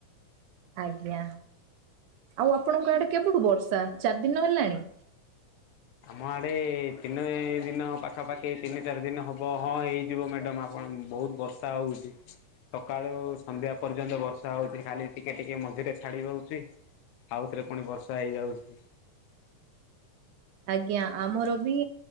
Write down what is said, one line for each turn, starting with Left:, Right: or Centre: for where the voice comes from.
Right: ଆଜ୍ଞା! ଆଉ ଆପଣଙ୍କ ଆଡେ କେବଠୁ ବର୍ଷା ଚାରି ଦିନ ହେଲାଣି?
Left: ଆମ ଆଡ଼େ ତିନି ଦିନ ପାଖାପାଖି ତିନି ଚାରି ଦିନ ହେବ ହଁ ହେଇଯିବ ମ୍ୟାଡ଼ମ୍ ଆପଣ ବହୁତ ବର୍ଷା ହଉଚି ସକାଳୁ ସନ୍ଧ୍ୟା ପର୍ଯ୍ୟନ୍ତ ବର୍ ବର୍ଷା ହଉଛି ଖାଲି ଟିକେ ଟିକେ ମଝିରେ ଛାଡି ଦଉଛି ଆଉଥରେ ପୁଣି ବର୍ଷା ହେଇଯାଉଛି।
Right: ଆଜ୍ଞା ଆମର ବି